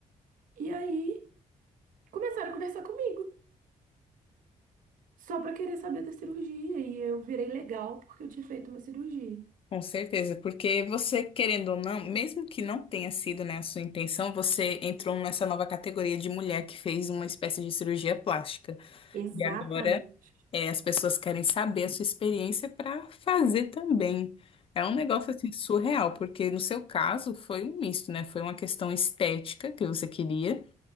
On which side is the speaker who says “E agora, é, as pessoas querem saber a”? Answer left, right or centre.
Left